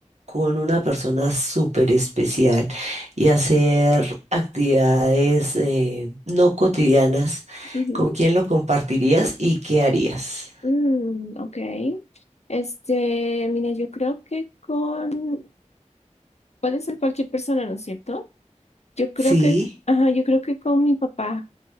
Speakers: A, on the right; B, on the left.
A: con una persona súper especial y hacer actividades eh, no cotidianas,
B: ujú.
A: ¿con quién lo compartirías y qué harías?
B: Mm, ok. Este, mira, yo creo que con... Puede ser cualquier persona, ¿no es cierto? Yo creo
A: Sí,
B: que, ajá, yo creo que con mi papá,